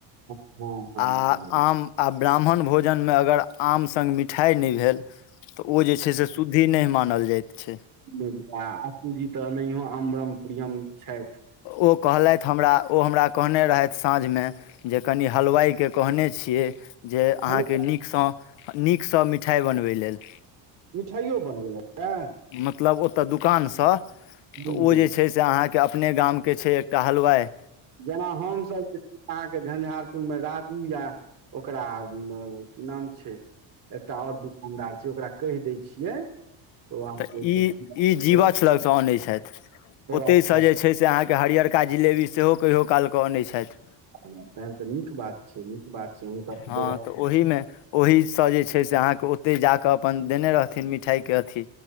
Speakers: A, on the right; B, on the left.
A: हँ हँ
B: आ
A: हँ
B: आम आ ब्राह्मण भोजन मे अगर आम संग मिठाई नहि भेल तऽ ओ जे छै से शुद्ध द्धी नहि मानल जाइत छै
A: बुझलिय आशूजी तऽ एनयोह अम्बरम पियम छै
B: ओ कहलथ हमरा ओ हमरा कहने रहथि साँझमे जे कनि हलवाईके कहने छियै जे अहाँके
A: हलुआ
B: नीकसँ नीकसँ मिठाई बनबै लेल
A: मिठाईयो बनि गेलै ने
B: मतलब ओतय दोकानसँ
A: बुझि
B: तऽ ओ
A: गेलै
B: जे छै से अहाँके अपने गामके छै कहलवाय
A: जेना हमसभ जे अहाँके झंझारपुरमे राजू या ओकरा की नाम छै एकटा ओर दुकानदार छै ओकरा कहि दै छियै तऽ ओ अहाँके
B: त ई ई जिवछ लग से अनै छैथ ओते
A: अच्छा
B: स जे छै से अहाँके के हरियरका जिलेबी सेहो कहियओ कालके अनै छथ
A: तहन तऽ नीक बात छै नीक बात छै हुनकास
B: हँ
A: व्यवस्
B: तऽ ओहीमे ओहीसँ जे छै से अहाँकेँ ओतहि जा कऽ अपन देने रहथिन मिठाईके अथि